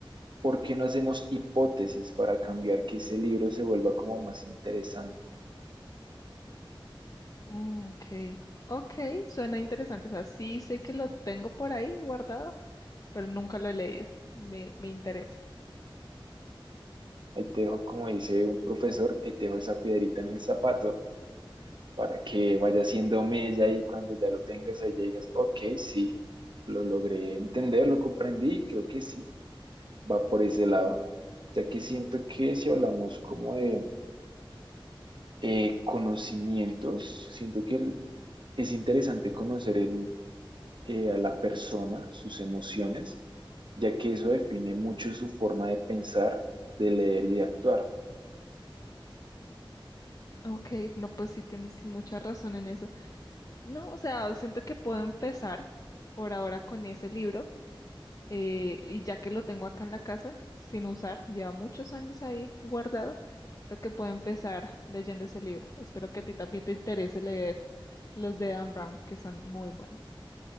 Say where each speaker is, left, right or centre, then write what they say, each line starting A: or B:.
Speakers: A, on the right; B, on the left.
A: ¿por qué no hacemos hipótesis para cambiar que ese libro se vuelva como más interesante?
B: Mm, ok, ok, suena interesante. O sea, sí sé que lo tengo por ahí guardado, pero nunca lo he leído. Me, me interesa.
A: Ahí te dejo, como dice un profesor, ahí te dejo esa piedrita en el zapato para que vaya haciendo mella y cuando ya lo tengas ahí llegas, ok, sí, lo logré entender, lo comprendí, y creo que sí, va por ese lado, ya que siento que si hablamos como de eh, conocimientos, siento que el- es interesante conocer el, eh, a la persona, sus emociones, ya que eso define mucho su forma de pensar, de leer y de actuar.
B: Ok, no, pues sí tienes mucha razón en eso. No, o sea, siento que puedo empezar por ahora con ese libro eh, y ya que lo tengo acá en la casa, sin usar, lleva muchos años ahí guardado, creo que puedo empezar leyendo ese libro. Espero que a ti también te interese leer los de Dan Brown, que son muy buenos.